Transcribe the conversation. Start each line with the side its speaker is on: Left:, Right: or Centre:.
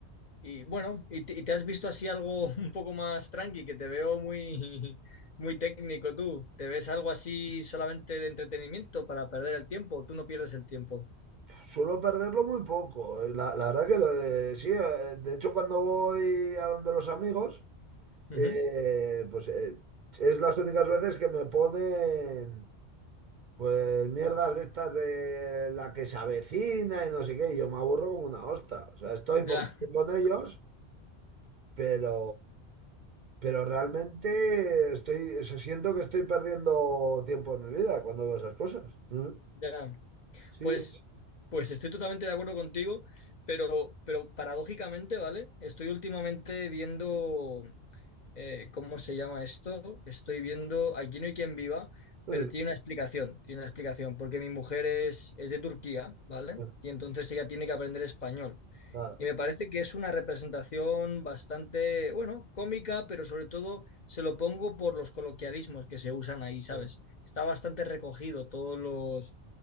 Left: y bueno, y te, y te has visto así algo <laughs> un poco más tranqui, que te veo muy, <laughs> muy técnico tú. ¿Te ves algo así solamente de entretenimiento para perder el tiempo? o ¿Tú no pierdes el tiempo?
Right: Suelo perderlo muy poco. eh, La, la verdad que lo- eh, sí, eh, de hecho cuando voy a donde los amigos.
Left: Ujú.
Right: Eh, pues eh, es las únicas veces que me ponen pues mierdas de estas de la que se avecina y no sé qué, y yo me aburro como una ostra. O sea, estoy porque
Left: Ya,
Right: estoy con ellos, pero, pero realmente estoy, o sea, siento que estoy perdiendo tiempo en mi vida cuando veo esas cosas. Mm,
Left: ya.
Right: Sí,
Left: Pues,
Right: es-
Left: pues
Right: mm,
Left: estoy totalmente de acuerdo contigo, pero, pero paradójicamente, ¿vale? Estoy últimamente viendo, eh, ¿cómo se llama esto? Estoy viendo Aquí no hay quien viva,
Right: mm,
Left: pero tiene una explicación, tiene una explicación, porque mi mujer es, es de Turquía, ¿vale?
Right: mm,
Left: Y entonces ella tiene que aprender español.
Right: claro,
Left: Y me parece que es una representación bastante, bueno, cómica, pero sobre todo se lo pongo por los coloquialismos que se usan ahí, ¿sabes?
Right: mm,
Left: Está bastante recogido todos los